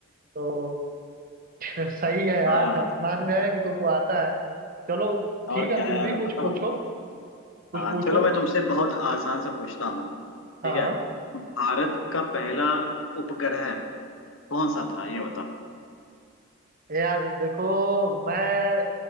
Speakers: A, on the right; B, on the left.
A: तो <laughs> सही है यार
B: <laughs> हाँ
A: हम मान रहे हैं कि तुमको आता है चलो ठीक
B: और
A: है
B: क्या
A: तुम
B: यार
A: भी कुछ
B: बताओ
A: पूछो कुछ
B: हाँ
A: पूछो
B: चलो मैं तुमसे बहुत आसान से पूछता हूँ ठीक
A: हाँ
B: है भारत का पहला उपग्रह कौन सा था ये बताओ
A: यार देखो मैं